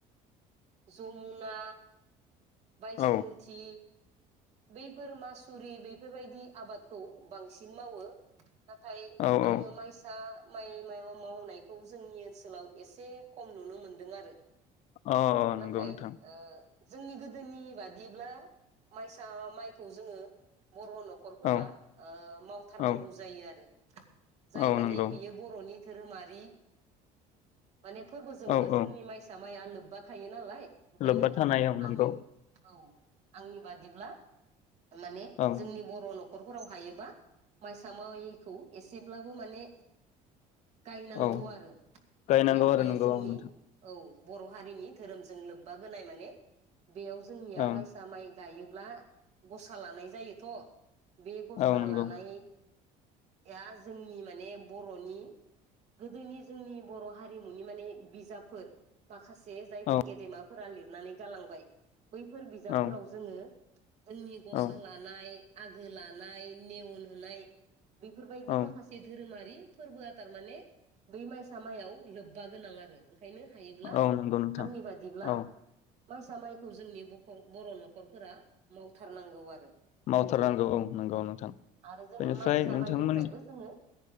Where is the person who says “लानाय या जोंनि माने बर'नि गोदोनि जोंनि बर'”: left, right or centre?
Right